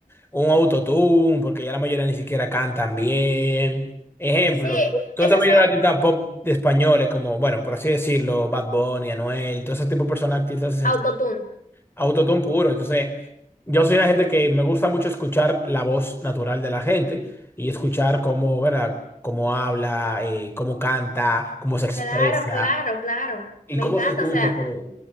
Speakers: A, on the left (about 15°); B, on the left (about 70°).
A: un autotune, porque ya la mayoría ni siquiera cantan bien. Ejemplo,
B: Sí,
A: toda
B: esos
A: la mayoría
B: son
A: de artistas pop de españoles, como, bueno, por así decirlo, Bad Bunny, Anuel, todo ese tipo de personas, artistas
B: autotune.
A: Autotune puro. Entonces, yo soy una gente que me gusta mucho escuchar la voz natural de la gente y escuchar cómo, ¿verdad? Cómo habla, eh, cómo canta, cómo se expresa
B: Claro, claro, claro.
A: y
B: Me
A: cómo
B: encanta,
A: se escucha
B: o sea.
A: todo.